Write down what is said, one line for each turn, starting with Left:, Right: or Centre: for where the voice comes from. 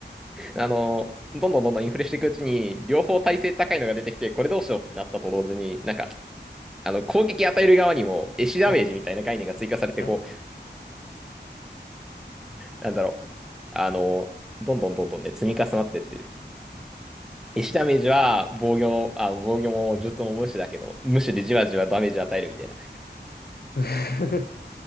Centre: あの、どんどんどんどんインフレしていくうちに、両方耐性高いのが出てきて、これどうしようってなったと同時に、なんか、あの、攻撃与える側にも、エシダメージみたいな概念が追加されて、
Left: うん。あ
Centre: こなんだろう、あの、どんどんどんどんね、積み重なってってる。
Left: はあ。
Centre: 石ダメージは防御、あ、防御も術も無視だけど、無視でじわじわダメージ与えるみたいな。
Left: <laughs>